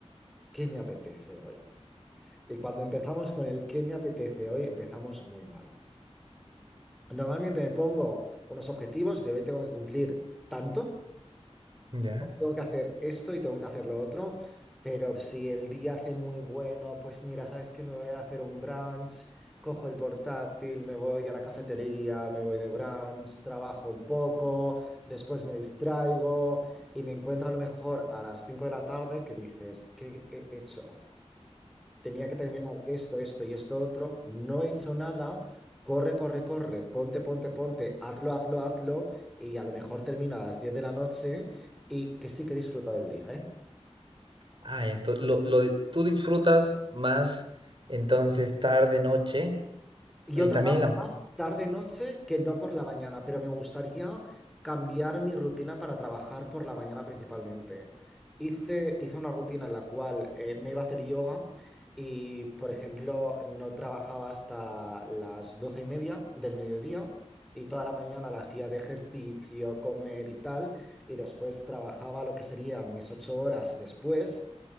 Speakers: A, in the centre; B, on the right.
A: ¿qué me apetece hoy? Y cuando empezamos con el ¿qué me apetece hoy? empezamos muy mal. Normalmente me pongo unos objetivos de hoy tengo que cumplir tanto.
B: Ya.
A: tengo que hacer esto y tengo que hacer lo otro, pero si el día hace muy bueno, pues mira, ¿sabes qué? Me voy a hacer un brunch, cojo el portátil, me voy a la cafetería, me voy de brunch, trabajo un poco, después me distraigo y me encuentro a lo mejor a las 5 de la tarde que dices, ¿qué he hecho? tenía que terminar esto, esto y esto otro, no he hecho nada, corre, corre, corre, ponte, ponte, ponte, hazlo, hazlo, hazlo, y a lo mejor termino a las 10 de la noche y que sí que he disfrutado el día, ¿eh?
B: Ah, entonces, lo, lo, di- tú disfrutas más entonces tarde, noche
A: Yo
B: y
A: trabajo
B: también la...
A: más tarde-noche que no por la mañana, pero me gustaría cambiar mi rutina para trabajar por la mañana principalmente. Hice, hice una rutina en la cual eh, me iba a hacer yoga y, por ejemplo, no trabajaba hasta las doce y media del mediodía y toda la mañana la hacía de ejercicio, comer y tal, y después trabajaba lo que serían mis ocho horas después